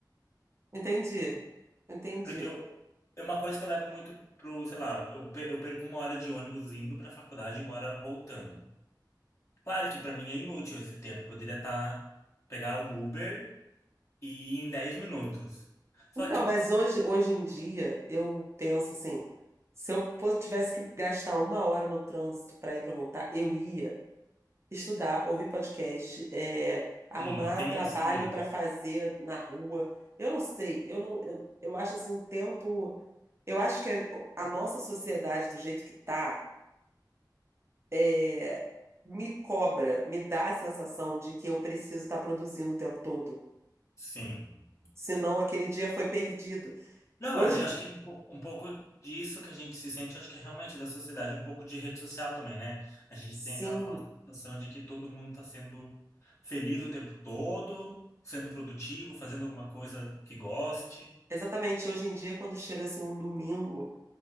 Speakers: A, on the right (about 35°); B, on the left (about 40°).
A: Entendi, entendi.
B: Porque eu, é uma coisa que eu levo muito pro, sei lá, eu, pe- eu perco uma hora de ônibus indo para a faculdade e uma hora voltando. Claro que para mim é inútil esse tempo. Eu poderia estar, pegar um Uber e ir em 10 minutos. Só
A: Então,
B: que
A: mas hoje, hoje em dia, eu penso assim, se eu fosse, tivesse que gastar uma hora no trânsito para ir para voltar, eu ia estudar, ouvir podcast, é, arrumar
B: Sim, tem
A: trabalho
B: isso também.
A: para fazer na rua. Eu não sei, eu não, eu, eu acho assim um tempo, eu acho que a, a nossa sociedade do jeito que tá, é, me cobra, me dá a sensação de que eu preciso estar produzindo o tempo todo.
B: Sim.
A: Senão aquele dia foi perdido.
B: Não,
A: Hoje,
B: mas eu acho que é um pouco, um pouco disso que a gente se sente, acho que é realmente da sociedade, um pouco de rede social também, né? A gente
A: sim.
B: tem aquela fala- sensação de que todo mundo está sendo feliz o tempo todo, sendo produtivo, fazendo alguma coisa que goste.
A: Exatamente, hoje em dia, quando chega assim um domingo